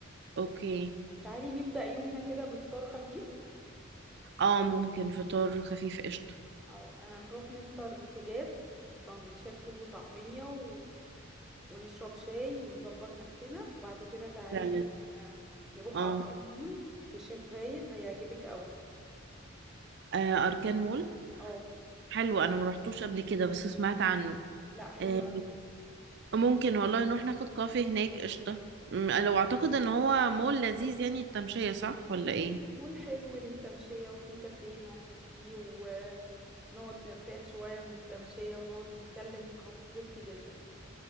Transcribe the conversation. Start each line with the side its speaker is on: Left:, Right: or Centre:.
Right: أوكي
Centre: تعالي نبدأ يومنا كده بفطار خفيف
Right: أه ممكن فطار خفيف قشطة
Centre: او هنروح نفطر في جاد سندوتشات فول وطعمية و... ونشرب شاي ونظبط نفسنا وبعد كده تعالي
Right: فعلا
Centre: آه، نروح
Right: أه
Centre: أركان مول في الشيخ زايد هيعجبك قوي
Right: آه، أركان مول
Centre: اه
Right: حلو أنا ما روحتوش قبل كده بس سمعت عنه
Centre: لا حلو
Right: آه،
Centre: قوي
Right: ممكن والله نروح ناخد كافي هناك قشطة أمم، لو أعتقد إن هو مول لذيذ يعني التمشية صح ولا إيه
Centre: مول مول حلو للتمشية وفي كافيه نقعد فيه ونقعد نرتاح شوية من التمشية ونقعد نتكلم هتتبسطي جدا